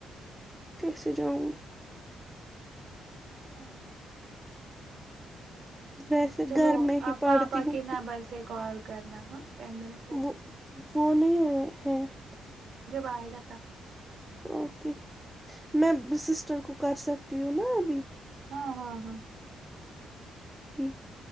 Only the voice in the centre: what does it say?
کیسے جاؤں گی
ویسے
گھر میں ہی
پڑتی
ہوں
پھر
وہ
وہ نہیں ہوئے ہے یہاں پہ
اوکے میں سسٹر کو کر سکتی ہوں نہ ابھی
ٹھیک ہے